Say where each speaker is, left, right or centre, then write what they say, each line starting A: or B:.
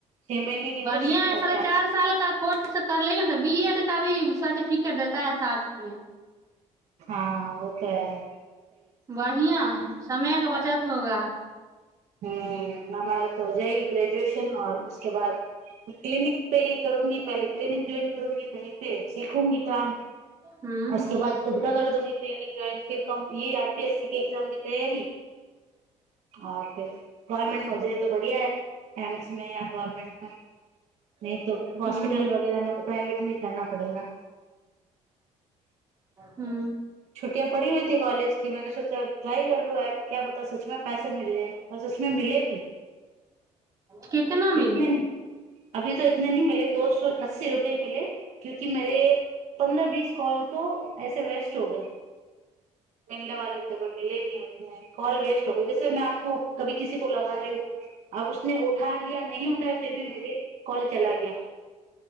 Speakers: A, on the right (about 65°); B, on the right (about 25°).
A: छह महीने की इंटर्नशिप
B: बढ़िया है
A: और
B: साढ़े चार साल का कोर्स कर ले ने तऽ बी एड का भी सर्टिफिकेट देता है साथ मे
A: हँ ओ तऽ
B: बढ़िआं है समयके बचत होगा
A: हम्म हमारे हो जाएगी ग्रेजुएशन आओर उसके बाद क्लिनिक पे ही करूगीं पहिले क्लीनिक ज्वाइन करूंगी सीखूंगी काम
B: हूँ
A: उसके बाद खुद का कर दूंगी ट्रेनि ज्वाइन फिर क य आर पी एस सी के एग्जाम क तैयारी अछा गवर्नमेंट मे हो जाइ त बढ़िया है एम्स में या गवर्नमेंट नहि त हॉस्पिटल
B: हूँ
A: वगैरह मे त प्राइवेट मे करना पड़ेगा
B: हू
A: छुट्टिया पड़ी हइ ती कॉलज कि मैने सोचा ट्राई कर लु एप क्या मतलब सचमें पैसे मिल जाए बस उसमे मिले भी
B: कितना मिले
A: इतने अभी त इतने नी मिले दो सो अस्सी रुपए मिले क्यूंकि मेरे पन्द्रह बीस कॉल तो ऐसे वेस्ट हो गये मिलने वाले पर मिले नी उसमे कॉल वेस्ट हो गई जैसे मैं आपको कभी किसी को लगा रही हुं अब उसने उठा लिया न फिर भी मेरे कॉल चला गया